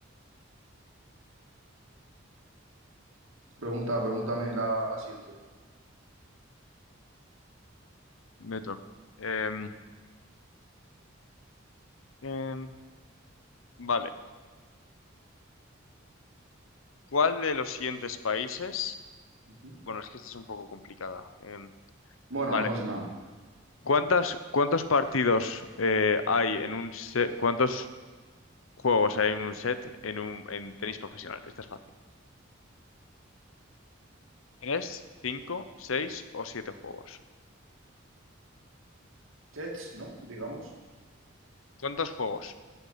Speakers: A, on the right; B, on the left.
A: Pregunta, pregúntame la, la siguiente.
B: Me toca. Em, em, vale. ¿Cuál de los siguientes países?
A: Ujú.
B: Bueno, es que esta es un poco complicada. Em,
A: Bueno,
B: vale.
A: no pasa nada.
B: ¿Cuántas, cuántos partidos eh, hay en un set? ¿Cuántos juegos hay en un set en un en tenis profesional? Esta es fácil. ¿Tres, cinco, seis o siete juegos?
A: Tets, ¿no? Digamos.
B: ¿Cuántos juegos